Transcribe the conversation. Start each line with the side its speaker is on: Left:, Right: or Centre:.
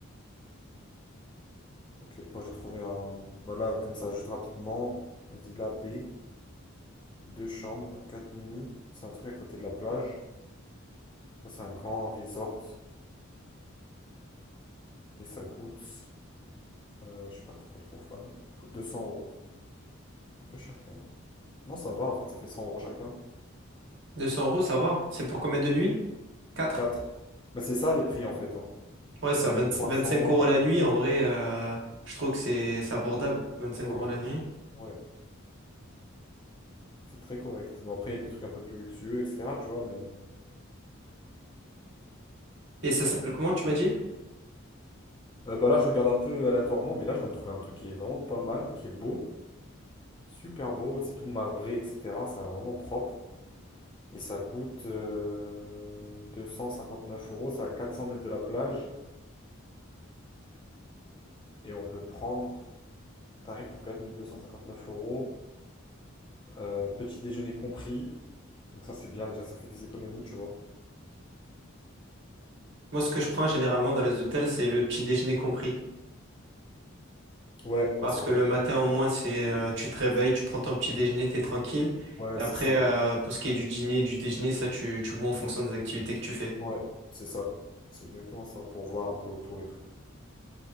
Left: Ok, bon, j'ai trouvé un. Voilà, comme ça, juste rapidement. Villa B, deux chambres, quatre nuits. C'est un truc à côté de la plage. Là, c'est un grand resort. Et ça coûte. euh, ouais, je suis pas trop trop fan. Ça coûte 200 euros. C'est un peu cher quand même. Non, ça va en fait, ça fait 100 euros chacun.
Right: deux cents euros, ça va. C'est pour combien de nuits? quatre
Left: quatre Mais c'est ça les prix en fait. Hein.
Right: Ouais, c'est
Left: T'as
Right: à vingt
Left: de 300
Right: vingt-cinq euros la
Left: à...
Right: nuit. En vrai, euh, je trouve que c'est c'est abordable. vingt-cinq
Left: c'est correct.
Right: euros la nuit.
Left: Ouais, c'est très correct. Bon, après, il y a des trucs un peu plus luxueux, etc. Tu vois, mais
Right: Et ça s'appelle
Left: quatre
Right: comment, tu m'as dit?
Left: Euh, bah là, je regarde un peu aléatoirement, mais là, je viens de trouver un truc qui est vraiment pas mal, qui est beau. Super beau. C'est tout marbré, etc. Ça a vraiment propre. Et ça coûte euh, neuf euros. ça à 400 mètres de la plage. Et on peut prendre tarif pour 4259 euros. euh, petit déjeuner compris. Donc ça, c'est bien. Déjà, ça fait des économies, tu vois.
Right: Moi, ce que je prends généralement dans les hôtels, c'est le petit déjeuner compris.
Left: Ouais,
Right: Parce
Left: ouais, c'est
Right: que
Left: important.
Right: le matin, au moins, c'est euh, tu te réveilles, tu prends ton petit déjeuner, t'es tranquille.
Left: Ouais,
Right: Et après,
Left: c'est ça.
Right: euh, pour ce qui est du dîner, du déjeuner, ça, tu, tu vois en fonction des activités que tu fais.
Left: Ouais, c'est ça. C'est exactement ça, pour voir un peu autour et tout.